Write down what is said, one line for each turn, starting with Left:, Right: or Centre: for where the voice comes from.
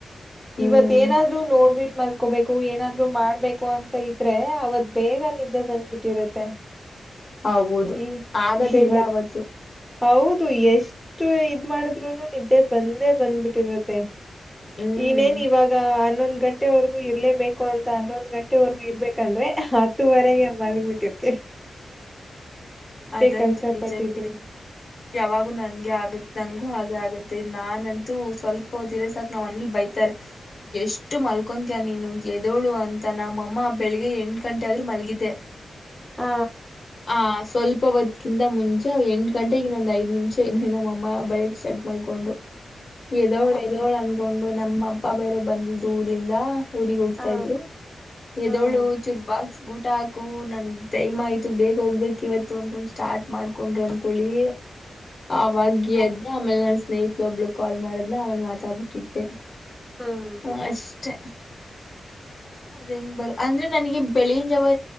Left: ಹ್ಮ್
Centre: ಇವತ್ ಏನಾದ್ರು ನೋಡ್ಬಿಟ್ಟ ಮಲ್ಕೋಬೇಕು ಏನಾದ್ರು ಮಾಡ್ಬೇಕು ಅಂತ ಇದ್ರೆ ಅವತ್ ಬೇಗ ನಿದ್ದೆ ಬಂದ್ಬಿಟ್ಟಿರತ್ತೆ
Left: ಹೌದು
Centre: ಈ
Left: ಆಗದೇ
Centre: ಇವತ್
Left: ಇಲ್ಲ ಅವತ್ತು
Centre: ಹೌದು ಎಷ್ಟು ಇದ್ ಮಾಡಿದ್ರುನು ನಿದ್ದೆ ಬಂದೇ ಬಂದ್ಬಿಟ್ಟಿರುತ್ತೆ
Left: ಹ್ಮ್
Centre: ಇನೇನ್ ಇವಾಗ ಹನ್ನೊಂದ್ ಗಂಟೆವರೆಗೂ ಇರ್ಲೇಬೇಕು ಅಂತ ಹನ್ನೊಂದ್ ಗಂಟೆವರೆಗೂ ಇರ್ಬೇಕಂದ್ರೆ ಹತ್ತುವರೆಗೆ ಮಲ್ಗ್ ಬಿಿಟ್ಟಿ
Left: ಅದಂತೂ
Centre: ಕಷ್ಟ
Left: ನಿಜ
Centre: ಪಟ್ಟಿದ್ರು
Left: ಬಿಡಿ ಯಾವಾಗೂ ನಂಗೆ ಆಗತ್ ನಂಗಗೂ ಹಾಗೆ ಆಗತ್ತ ನಾನಂತೂ ಸ್ವಲ್ಪ ತಿಸಕಕ್ ನಾವ್ನಲ್ ಬೈತ ಎಷ್ಟು ಮಲ್ಕೊಂತೀಯ ನೀನು ಎದೋಳು ಅಂತ ನಮ್ಮಮ್ಮ ಬೆಳಗ್ಗೆ ಎಂಟು ಗಂಟೆ ಆದ್ರೂ ನಲ್ಗಿದ್ದೆ
Centre: ಹಾ
Left: ಆ ಸ್ವಲ್ಪ ಹೊತ್ಕಿಂತ ಮುಂಚೆ ಎಂಟು ಗಂಟೆಗನ್ನೊಂದ್ ಐದ್ ನಿಮಿಷ ಇದ ನಮ್ಮಅಮ್ಮ ಬಯಕ್ಕೆ ಸ್ಟಾರ. ಮಾಡ್ಕೊಂಡ್ರು ಎದೋಳು ಎದೋಳು ಅನ್ಕೊಂಡು ನಮ್ಮ ಅಪ್ಪ ಬೇರೆ ಬಂದಿದ್ರು ಊರಿಂದ. ಊರಿಗೆಗ್ ಹೋಗ್ತಾ
Centre: ಹಾ
Left: ಇದ್ರು ಎದೋಳು
Centre: ಹ್ಮ್
Left: ಚೂರು ಬಾಕ್ಸ್ ಊಟ ಹಾಕು ನನ್ಗೆ ಟೈಮ್ ಆಯ್ತು ಬೇಗ ಹೋಗ್ಬೇಕ ಇವತ್ತು ಅನ್ಕೊಂಡ್ ಸ್ಟಾರ್ಟ್ ಮಾಡ್ಕೊಂಡ್ರರು ಅನ್ಕಳಿ ಅವಾಗ ಅದ ಆಮೇಲೆ ನನ್ ಸ್ನೇಹಿತಲ ಒಬ್ಳ ಕಾಲ್ ಮಾಡದ್ನ ಆಮೇಲೆ ಮಾತಾಡ್ಬಿಟ್ಟಿಟ್ಟೆ
Centre: ಹ್ಮ್
Left: ಹ ಅಷ್ಟೇ ಅದ್ ಹೆಂಗ ಬರ ಅಂದ್ರೆ ನನಗೆ ಬೆಳಗಿನ ಜಾವ